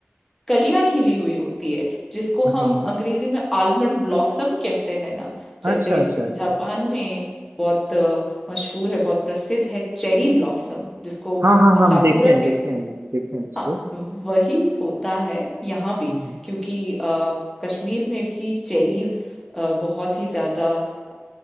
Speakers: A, in the centre; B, on the right.
A: कलियां खिली हुई होती है जिसको
B: हाँ
A: हम
B: हाँ
A: अंग्रेजी में आलमंड ब्लॉसम कहते हैं ना जैसे
B: अच्छा अच्छा अच्छा
A: जापान में बहुत अ, मशहूर है बहुत प्रसिद्ध है चेरी ब्लॉसम जिसको
B: हाँ हाँ
A: वो
B: हाँ,
A: साकुरा
B: हम देखे हैं देखे
A: कहते
B: हैं
A: हैं
B: मैम देखे हैं इसको
A: हाँ वही होता है यहाँ भी
B: हम्म,
A: क्योंकि अ, कश्मीर में भी चेरीज बहुत ही ज़्यादा अ,